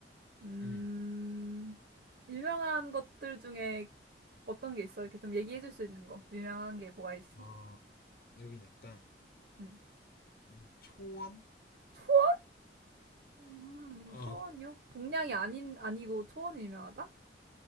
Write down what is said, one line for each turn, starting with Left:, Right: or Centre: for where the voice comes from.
Right: 음,
Left: 음.
Right: 유명한 것들 중에 어떤 게 있어? 이렇게 좀 얘기해 줄 수 있는 거. 유명한 게 뭐가 있어?
Left: 어, 여긴 약간,
Right: 음.
Left: 음, 초원?
Right: 초원? 음,
Left: 어,
Right: 초원이요? 동양이 아닌, 아니고 초원이 유명하다?